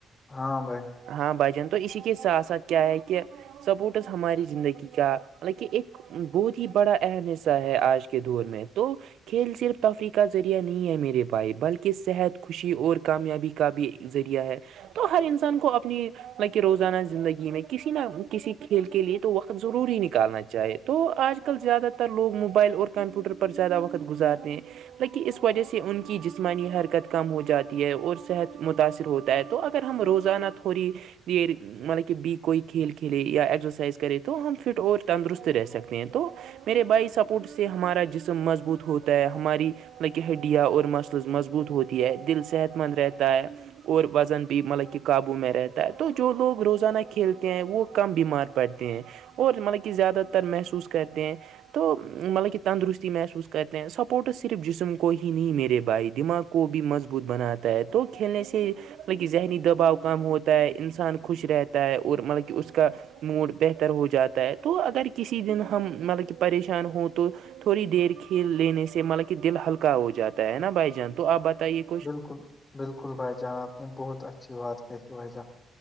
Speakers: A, on the left (about 30°); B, on the right (about 75°).
A: ہاں بھائی
B: ہاں بھائی جن تو اسی کے ساتھ ساتھ کیا ہے کہ سپورٹس ہماری زندگی کا مطل کہ ایک بہت ہی بڑا اہم حصہ ہے آج کے دور میں تو کھیل صرف تفریح کا ذریعہ نہیں ہے میرے بائی بلکہ صحت کو خوشی اور کامیابی کا بھی ذریعہ ہے تو ہر انسان کو اپنی لکہ روزانہ زندگی میں کسی نہ کسی کھیل کے لے تو وقت ضروری نکالنا چاہے تو آج کل زیادہ تر لوگ موبائل اور کمپیوٹر پر زیادہ وقت گزارتے ہیں لیکن اس وجہ سے ان کی جسمانی حرکت کم ہو جاتی ہے اور صحت متاثر ہوتا ہے تو اگر ہم روزانہ تھوڑی دیر مطلب کہ بی کوئی کھیل کھیلے یا ایکزرسائز کرے تو ہم فٹ اور تندرست رہ سکتے ہیں تو میرے بائی سپورٹ سے ہمارا جسم مضبوط ہوتا ہے ہماری لکہ ہڈیا اور مسلز مضبوط ہوتی ہے دل صحت مند رہتا ہے اور وزن بھی مطلب کہ قابو میں رہتا ہے تو جو لوگ روزانہ کھیلتے ہیں وہ کم بیمار پڑھتے ہیں اور مطلب کہ زیادہ تر محسوس کرتے ہیں تو مطلب کہ تندرستی محسوس کرتے ہیں سپورٹس صرف جسم کو ہی نہیں میرے بھائی دماغ کو کو بھی مضبوط بناتا ہے تو کھیلنے سے مطلب کہ ذہنی دباؤ کم ہوتا ہے انسان خوش رہتا ہے اور مطلب کہ اس کا موڈ بہتر ہو جاتا ہے تو اگر کسی دن ہم مطلب کہ پریشان ہوں تو تھوڑی دیر کھیل لینے سے مطلب کہ دل ہلکا ہو جاتا ہے نا بھائی جان تو آپ بتائیے کہ
A: بالکل بالکل بھائی جان آپ نے بہت اچھی بات کہی بھائی جان